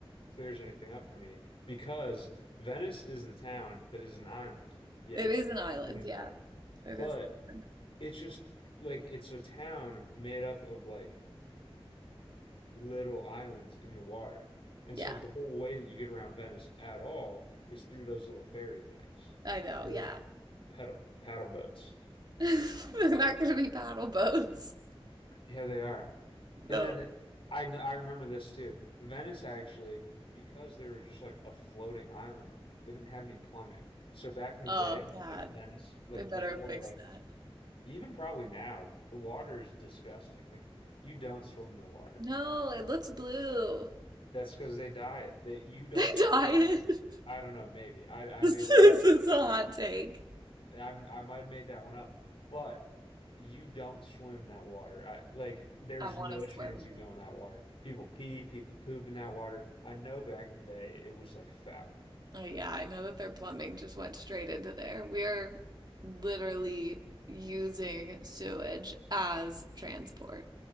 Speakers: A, on the left; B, on the right.
A: clears anything up for me because Venice is the town that is an island. Yes,
B: It is
A: it
B: an island.
A: definitely is
B: Yeah.
A: not.
B: It
A: But
B: is an island.
A: it's just like it's a town made up of like little islands in the water. And
B: Yeah.
A: so like, the whole way that you get around Venice at all is through those little ferry things,
B: I know.
A: Little
B: Yeah.
A: paddle paddle boats.
B: <laughs> They're not going to be paddle boats.
A: Yeah, they are. And
B: No.
A: then I kn- I remember this too. Venice actually, because they were just like a floating island, they didn't have any plumbing. So back in the
B: Oh,
A: day,
B: God.
A: like Venice, like
B: They better
A: before,
B: fix
A: like
B: that.
A: even probably now, the water is disgusting. Like you don't swim in the water.
B: No, it looks blue. <laughs>
A: That's because they diet. That you don't.
B: They
A: s-
B: dye it.
A: I don't know. Maybe I
B: <laughs> This
A: I made
B: is,
A: that.
B: this is a hot take.
A: I'm I might have made that one up, but you don't swim in that water. I like there's
B: I want
A: no
B: to swim
A: chance
B: in
A: you
B: it.
A: go in that water. People pee, people poop in that water. I know back in the day it was like foul.
B: Oh, yeah, I know that their plumbing just went straight into there. We're literally using sewage as transport